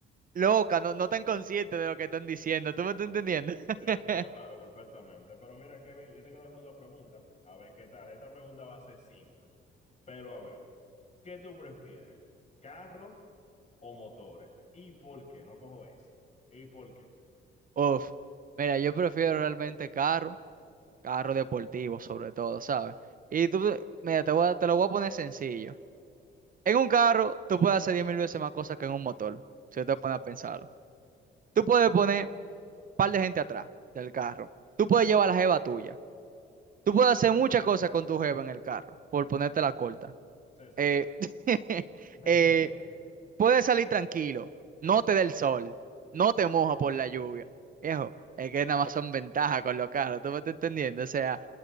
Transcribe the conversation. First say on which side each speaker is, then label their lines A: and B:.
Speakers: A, on the right; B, on the left.
A: loca, no, no tan consciente de lo que están diciendo. ¿Tú me estás entendiendo? <laughs>
B: Sí, sí, no, claro, perfectamente. Pero mira, Kevin, yo te quiero hacer otra pregunta, a ver qué tal. Esta pregunta va a ser simple, pero a ver, ¿qué tú prefieres? ¿Carro o motores? ¿Y por qué? No cojo esa. ¿Y por qué?
A: Uf, mira, yo prefiero realmente carro, carro deportivo sobre todo, ¿sabes? Y tú, mira, te voy a- te lo voy a poner sencillo. En un carro, tú puedes hacer 10.000 veces más cosas que en un motor, si tú te
B: Sí,
A: pones a pensarlo. Tú puedes poner un par de gente atrás del carro. Tú puedes llevar la jeva tuya. Tú puedes hacer muchas cosas con tu jeva en el carro, por ponerte la corta.
B: sí, sí,
A: Eh,
B: sí.
A: <laughs>
B: <laughs>
A: eh, puedes salir tranquilo, no te da el sol, no te moja por la lluvia. Viejo, es que nada más son ventajas con los carros, ¿tú me estás entendiendo? O sea,